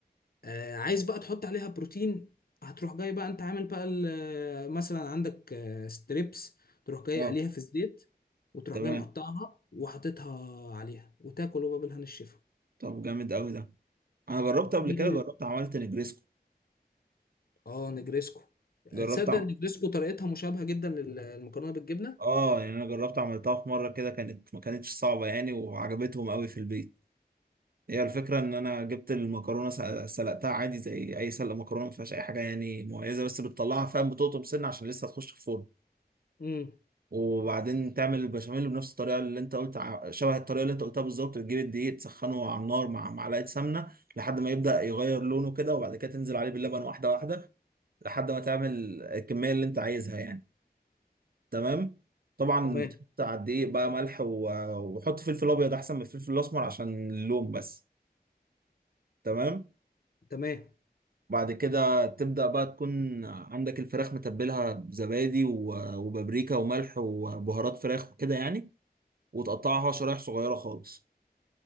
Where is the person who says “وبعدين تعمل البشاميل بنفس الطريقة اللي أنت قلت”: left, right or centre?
Right